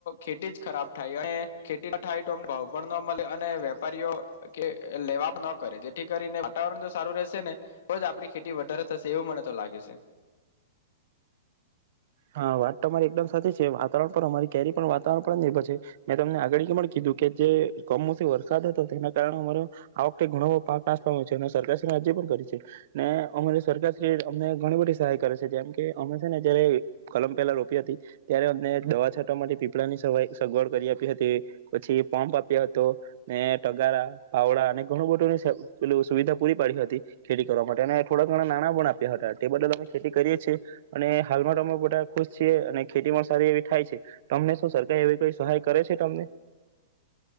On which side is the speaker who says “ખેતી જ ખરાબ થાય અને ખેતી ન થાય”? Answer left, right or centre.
Left